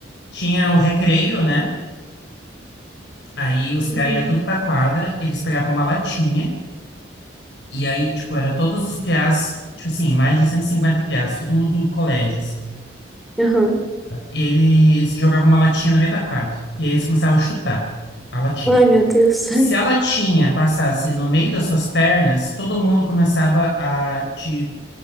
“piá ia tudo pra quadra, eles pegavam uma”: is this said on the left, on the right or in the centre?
Left